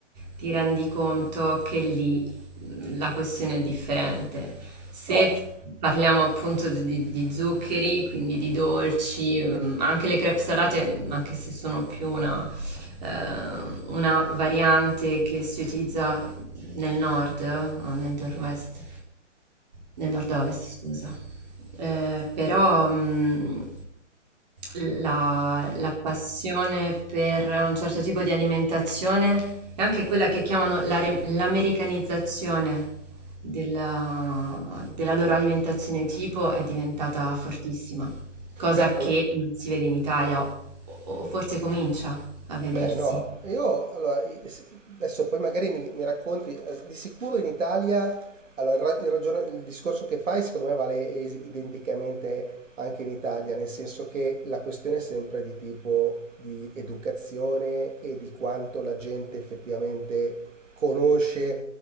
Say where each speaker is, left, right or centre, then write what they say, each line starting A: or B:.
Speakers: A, on the right; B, on the right.
A: ti rendi conto che lì mm, la questione è differente. Se
B: Però s-
A: parliamo appunto di, di zuccheri, quindi di dolci, ehm, anche le crepe salate, anche se sono più una eh, una variante che si utilizza nel nord eh, o nel nord-west nel nord-ovest, scusa. Eh, però mh, la, la passione per un certo tipo di alimentazione è anche quella che chiamano la re- l'americanizzazione della, della loro alimentazione tipo è diventata fortissima, cosa
B: Beh,
A: che
B: allo-
A: non si vede in Italia o, o forse comincia a vedersi.
B: Beh, no, io allora, i- s- adesso poi magari mi, mi racconti, eh, di sicuro in Italia, allora, il, ra- il ragion- il discorso che fai secondo me vale es- identicamente anche in Italia, nel senso che la questione è sempre di tipo di educazione e di quanto la gente effettivamente conosce